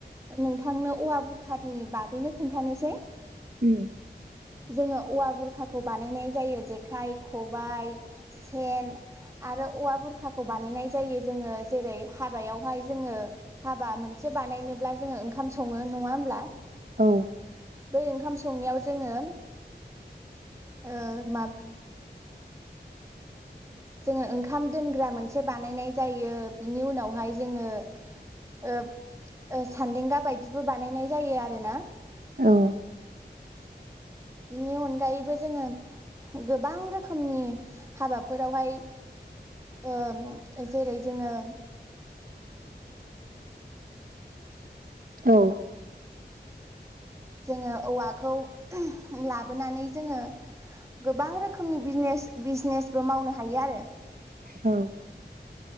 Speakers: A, on the right; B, on the right.
A: नोंथांनो औवा बुरखानि बागैनो खोन्थानोसै ।
B: उम
A: जोङो औवा बुरखाखौ बानायनाय जायो जेखाइ खबाइ सेन आरो औवा बुरखाखौ बानायनाय जायो जोङो जेरै हाबायावहाय जोङो हाबा मोनसे बानायनोब्ला जोङो जोङो ओंखाम सङो नङा होमब्ला ।
B: औ
A: बै ओंखाम संनायाव जोङो ओ मा जोङो ओंखाम दोनग्रा मोनसे बानायनाय जायो बिनि उनावहाय जोङो ओ सान्देंगा बायदिबो बानायनाय जायो आरोना।
B: औ
A: बिनि अनगायैबो जोङो गोबां रोखोमनि हाबाफोरावहाय ओ जेरै जोङो
B: औ
A: जोङो औवाखौ लाबोनानै जोङो गोबां रोखोमनि बिजनेस बिजनेसबो मावनो हायो आरो।
B: औ